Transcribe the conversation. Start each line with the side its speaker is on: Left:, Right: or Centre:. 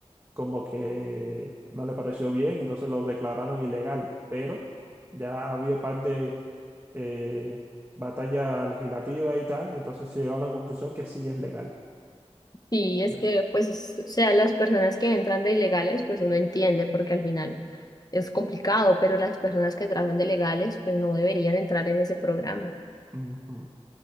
Right: como que no le pareció bien, entonces lo declararon ilegal. Pero ya ha habido par de eh, batalla legislativa y tal, entonces se llegó a la conclusión que sí es legal.
Left: Sí, es
Right: Bueno,
Left: que, pues, es- o sea, las personas que entran de ilegales, pues uno entiende porque al final es complicado, pero las personas que entraron de legales, pues no deberían entrar en ese programa.
Right: Ujú.